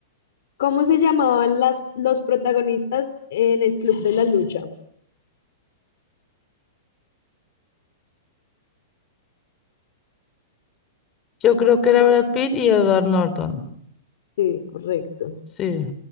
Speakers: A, on the left (about 70°); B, on the left (about 25°).
A: ¿Cómo se llamaban las, los protagonistas en el Club de la Lucha?
B: Yo creo que era
A: Creo
B: Brad
A: que
B: Pitt y Edward Norton.
A: sí, correcto.
B: Sí,